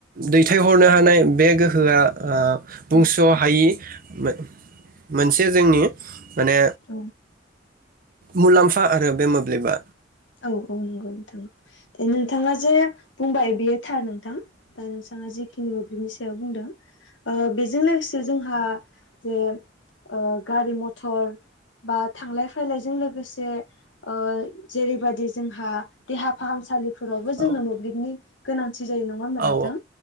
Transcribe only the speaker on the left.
औ
औ
औ औ नंगौ नोंथां दे नोंथाङा जे बुंबाय बेयो थार नोंथां दा नोंथाङा जिखिनि मोब्लिबनि सायाव बुंदों ओ बेजों लोगोसे जोंहा जे ओ गारि मथर बा थांलाय फैलायजों लोगोसे ओ जेरैबायदि जोंहा देहा फाहामसालि फोरावबो
जोंनो मोब्लिबनि गोनांथि जायो नङा होनबा
नोंथां